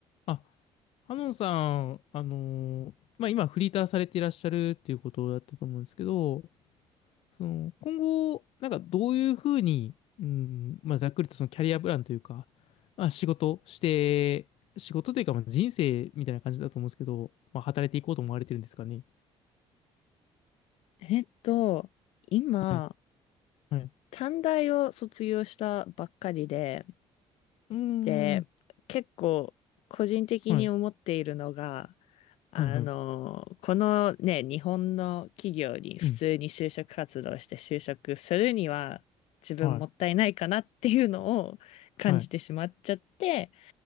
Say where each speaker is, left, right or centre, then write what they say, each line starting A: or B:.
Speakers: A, on the left (about 70°); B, on the left (about 80°).
A: あ、ハノンさん、あのーまあ、今フリーターされていらっしゃるっていうことだったと思うんですけど、その、今後、なんかどういうふうに、うん、まあ、ざっくりとそのキャリアプランというか、まあ、仕事して、仕事というか、まあ、人生みたいな感じだと思うんですけど、まあ、働いていこうと思われてるんですかね。
B: えっと、今、
A: はい、はい。
B: 短大を卒業したばっかりで、
A: うー
B: で、
A: ん、
B: 結構個人的に思っているのが、
A: はい、
B: あの、
A: はい、はい。
B: このね、日本の企業に普通に就職活動して就職するには自分もったいないかなっていうのを感じてしまっちゃって、
A: うん、はい、はい、